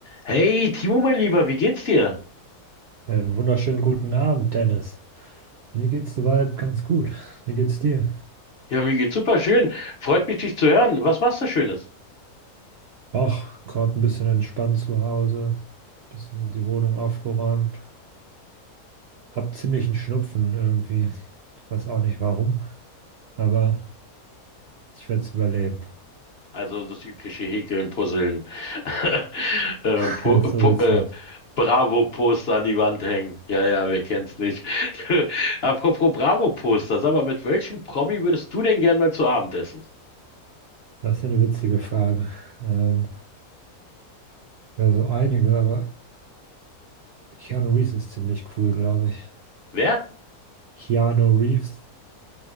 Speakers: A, on the left; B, on the right.
A: Hey, Timo, mein Lieber, wie geht's dir?
B: Einen wunderschönen guten Abend, Dennis. Mir geht's soweit ganz gut. Wie geht's dir?
A: Ja, mir geht's super schön. Freut mich, dich zu hören. Was machst du Schönes?
B: Ach, gerade ein bisschen entspannt zu Hause, bisschen die Wohnung aufgeräumt. Hab ziemlich einen Schnupfen irgendwie. Ich weiß auch nicht warum, aber ich werde es überleben.
A: Also das übliche Häkeln, Puzzeln, <laughs> äh,
B: <laughs>
A: Pu
B: So
A: Pu
B: sieht's
A: äh,
B: aus.
A: Bravo-Poster an die Wand hängen. Ja, ja, wer kennt's nicht? <laughs> Apropos Bravo-Poster, sag mal, mit welchem Promi würdest du denn gern mal zu Abend essen?
B: Das ist eine witzige Frage. Ähm, ja, so einige, aber Keanu Reeves ist ziemlich cool, glaube ich.
A: Wer?
B: Keanu Reeves,